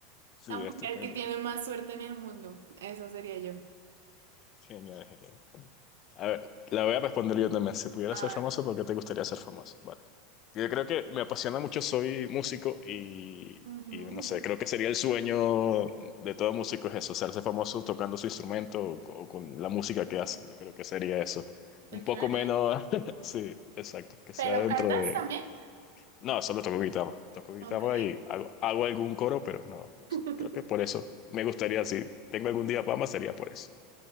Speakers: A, on the left; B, on the right.
A: Sí,
B: La mujer
A: estupenda.
B: que tiene más suerte en el mundo. Eso sería yo.
A: Genial, genial. A ver, la voy a responder yo también. Si pudiera
B: Ah,
A: ser famoso, ¿por qué te gustaría ser famoso? Vale. Yo creo que me apasiona mucho, soy músico y,
B: Ujú,
A: y no sé, creo que sería el sueño de todo músico es eso, hacerse famoso tocando su instrumento o, co- o con la música que hace. Yo creo que sería eso. Un
B: Está
A: poco
B: chévere.
A: menos, <laughs> sí, exacto, que sea
B: ¿Pero
A: dentro
B: cantas
A: de...
B: también?
A: No, solo toco guitarra, toco guitarra
B: Ok.
A: y hago, hago algún coro, pero no, no
B: <laughs>
A: sé. Creo que por eso me gustaría, si tengo algún día fama, sería por eso,